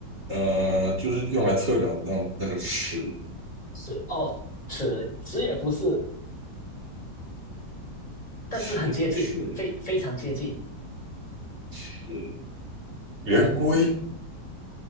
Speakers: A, on the right; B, on the left.
A: 呃，就是用来测量那那个尺
B: 词哦，词词也不是，但是很接近，
A: 尺，不是
B: 非非常接近。
A: 是圆规